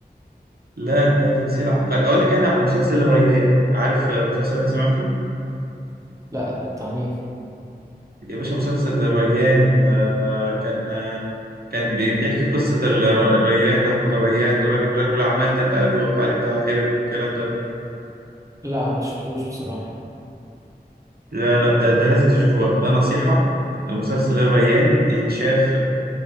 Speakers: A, on the right (about 70°); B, on the right (about 20°).
A: لا ده تمثيل عبقري اقول لك انا مسلسل الريان عارف آه، مسلسل انت سمعته
B: لا ده بتاع مين
A: يا باشا مسلسل الريان آه كان آه كان بي- بيحكي قصة ال- الريان أحمد الريان الراجل رجل الأعمال ده اللي قالوا عليه بتاع هرب والكلام ده
B: لا ما شفتوش بصراحة
A: لا لا ده, ده لازم تشوفه بقى ده نصيحة مسلسل الريان يتشاف